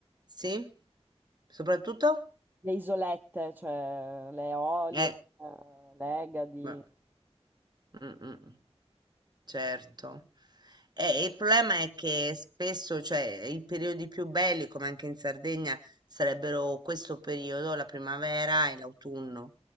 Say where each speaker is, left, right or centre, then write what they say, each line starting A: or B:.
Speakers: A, on the right; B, on the right.
A: sì? Soprattutto?
B: le isolette, cioè le Eolie,
A: Eh,
B: eh, le Egadi,
A: beh, mh-mh. Certo. Eh, il problema è che spesso, cioè, i periodi più belli, come anche in Sardegna, sarebbero questo periodo, la primavera e l'autunno,